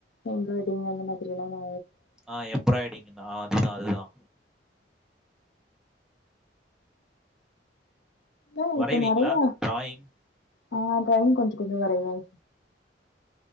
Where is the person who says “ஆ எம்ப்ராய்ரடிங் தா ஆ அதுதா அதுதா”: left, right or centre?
Centre